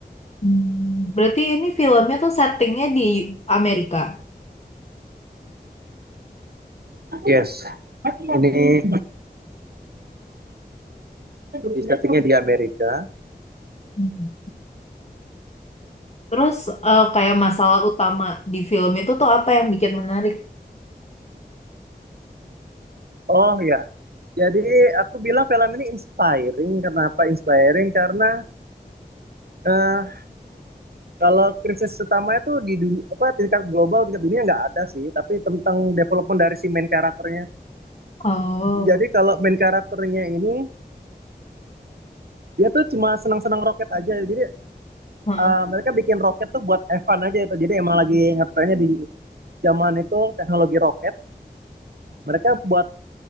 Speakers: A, on the left; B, on the right.
A: hmm. Berarti ini filmnya tuh settingnya di Amerika.
B: Yes, ini di settingnya di Amerika.
A: Hmm. Terus eh, kayak masalah utama di film itu tuh apa yang bikin menarik?
B: Oh ya, jadi aku bilang film ini inspiring. Kenapa inspiring? Karena eh, kalau krisis utama itu di dunia, apa tingkat global, tingkat dunia nggak ada sih. Tapi tentang development dari si main karakternya.
A: Oh,
B: Jadi kalau main karakternya ini dia tuh cuma senang-senang roket aja. Jadi
A: heeh.
B: eh, mereka bikin roket tuh buat Evan aja itu. Jadi emang lagi ngetrennya di zaman itu teknologi roket mereka buat